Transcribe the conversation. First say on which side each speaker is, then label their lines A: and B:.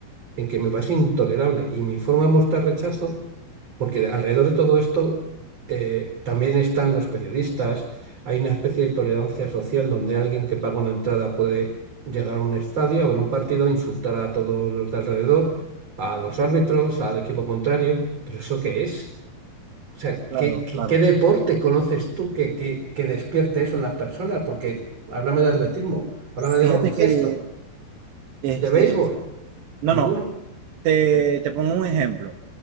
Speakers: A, on the right; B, on the right.
A: en que me parece intolerable y mi forma de mostrar rechazo porque alrededor de todo esto eh, también están los periodistas. Hay una especie de tolerancia social donde alguien que paga una entrada puede llegar a un estadio, a ver un partido, insultar a todos los de alrededor, a los árbitros, al equipo contrario. ¿Pero eso qué es? O sea,
B: claro,
A: ¿qué, qué-
B: claro.
A: qué deporte conoces tú que, que, que despierte eso en las personas? Porque háblame de atletismo, háblame de
B: Fíjate
A: baloncesto,
B: que, este,
A: de béisbol.
B: no,
A: Ninguno.
B: no, te, te pongo un ejemplo.